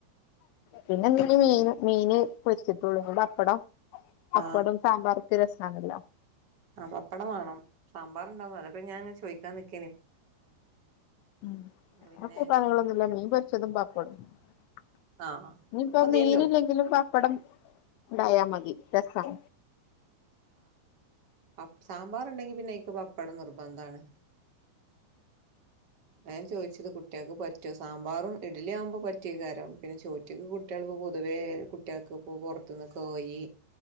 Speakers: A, on the left; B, on the right.
A: പിന്നെയെന്തിന്‌ മീന്, മീന് പൊരിച്ചിട്ടുള്ളൂ, പപ്പടം പപ്പടം
B: ആ..
A: സാമ്പാർക്ക് രസാണല്ലോ
B: ആ പപ്പടം വേണം. സാമ്പാർ ഉണ്ടാവും. അതൊക്കെ ഞാൻ ചോദിക്കാൻ നിക്ക്..
A: ഉം..
B: ന്നാ പിന്നെ
A: അ കൂട്ടാനുകളൊന്നുമില്ലായിരുന്നു. മീൻപൊരിച്ചതും പപ്പ.. <unintelligible>
B: ആഹ്
A: ഇനിയിപ്പംമീനില്ലെങ്കിലും,
B: മതിയല്ലോ
A: പപ്പ്.. പപ്പടം. ഉണ്ടായാമതി, രസം
B: ആം സാമ്പാറുണ്ടെങ്കി പിന്നെ.. പപ്പടം നിർബന്ധാണ്. ഞാൻ ചോദിച്ചത്, കുട്ടികൾക്ക് പറ്റുമോ. സാമ്പാറും ഇഡ്ഡലിയും ആകുമ്പോൾ പറ്റിയേക്കും പിന്നെ ചോദിച്ചത് കുട്ടികൾ പൊതുവേ കുട്ടികൾക്ക് പുറത്തു നിന്ന് പോയി